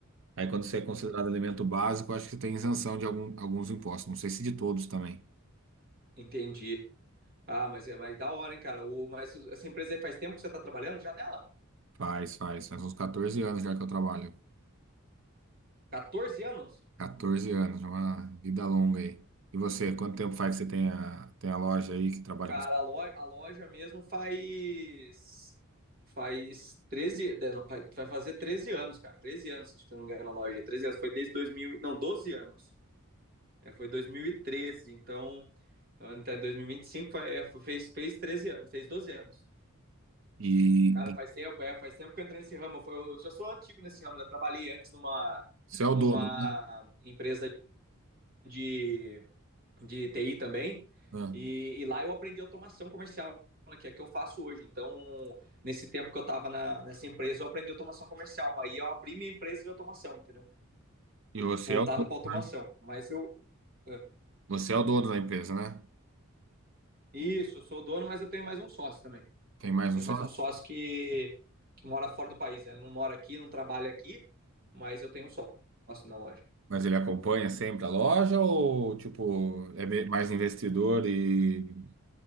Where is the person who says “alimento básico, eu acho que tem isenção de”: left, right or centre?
Right